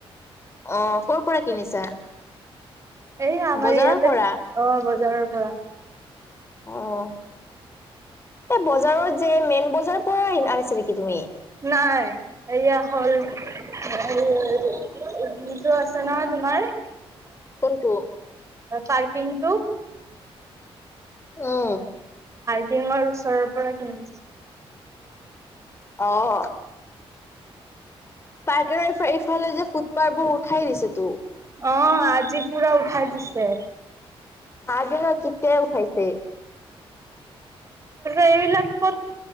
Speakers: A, on the left; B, on the right.
A: অ', কৰ পৰা কিনিছা?
B: এই আমাৰ
A: বজাৰৰ
B: ইয়াতে
A: পৰা?
B: অ', বজাৰৰ পৰা।
A: অ', এই বজাৰত যে মেইন বজাৰৰ পৰা আনিছা নেকি তুমি?
B: নাই, এয়া হ'ল। আৰু যটো আছে নহয় তোমাৰ?
A: কোনটো?
B: পাৰ্কিংটো।
A: উম,
B: কিমাৰ ওচৰৰ পৰা কিনিছো।
A: অ', পাৰ্কৰ ইফালে যে ফুটপাথ বোৰ উঠাই দিছে তো।
B: অ', আজি পুৰা উঠাই দিছে।
A: আজি নহয় কেতিয়াই উঠাইছে।
B: এইবিলাক কত